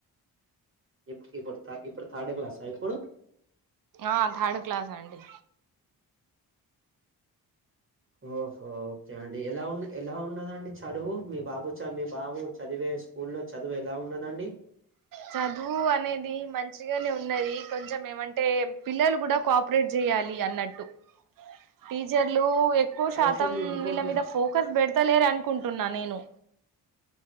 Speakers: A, on the right; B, on the right.
A: ఇప్పు ఇప్పుడ్ ఇప్పుడు థార్డ్ క్లాసా ఇప్పుడూ.
B: ఆ థర్డ్ క్లాస్ అండి
A: <inaudible> ఓహో ఓక్కే అండి ఎలా ఉన్న్ ఎలా ఉన్నదండి చడువు మీ బాబు చ మీ బాబు చదివే స్ స్కూళ్ళో చదువు ఎలా ఉన్నదండి.
B: చదువూ అనేది మంచిగనే ఉన్నదీ కొంచం ఏమంటే పిల్లలు గూడా కోఆపరేట్ జెయాల్ లీ అన్నట్టు టీచర్లూ ఎక్ ఎక్కువ శాతం
A: యాక్చువల్లీ ఇంకోటి
B: వీళ్ళ మీద ఫోకస్ పెడతలేర్ అనుకుంటున్నా నేను.